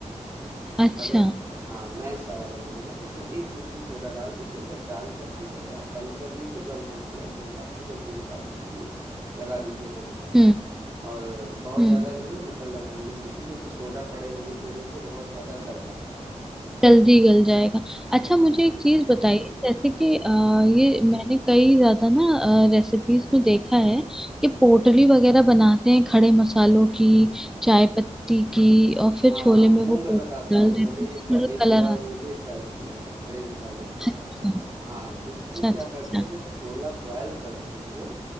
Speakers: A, in the centre; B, on the right (about 20°).
A: अच्छा
B: अगर हाँ मैथ्स वाला बनाना है तो उसमें एक चुटकी सोडा डाल दीजिए बस डाल करके जो है आप बंद कर दीजिए बंद करके अपने हिसाब से दो तीन चार सीटी लगा दीजिए बढ़िया से
A: हम्म
B: और बहुत
A: हम्म
B: ज़्यादा नहीं मतलब लगाएंगे सीटी क्योंकि सोडा पड़े होने की वजह से बहुत ज़्यादा गल जाता
A: जल्दी गल जाएगा अच्छा
B: है
A: मुझे
B: जी
A: एक चीज बताइए जैसे कि
B: जी
A: अ, ये मैंने कई ज्यादा ना रेसिपीज में देखा है कि पोटली वगैरह बनाते हैं खड़े मसालों की चाय पत्ती की और
B: हाँ
A: फिर छोले में
B: वो
A: वो पोटली
B: मैं बताता
A: डाल
B: हूँ
A: देते
B: मैंने
A: हैं
B: एक
A: तो
B: बार
A: थोड़ा
B: एक
A: कलर
B: दो बार
A: आता
B: वो भी ट्राई किया है खड़े मसाले की
A: है अच्छा
B: हाँ उसको
A: अच्छा
B: क्या
A: अच्छा
B: करते हैं
A: अच्छा
B: जब छोला बॉयल करते हैं